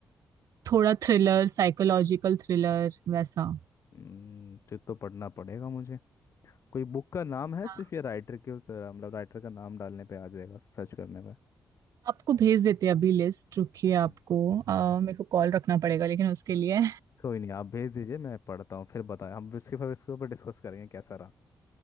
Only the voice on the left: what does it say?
हम्म, फिर तो पढ़ना पड़ेगा मुझे कोई बुक का नाम है
सिर्फ या राइटर के उस मतलब राइटर का नाम डालने पे आ जाएगा सर्च करने पे
हम्म।
कोई नहीं आप भेज दीजिए मैं पढ़ता हूँ फिर बताएं हम इसके फिर इसके ऊपर डिस्कस करेंगे कैसा रहा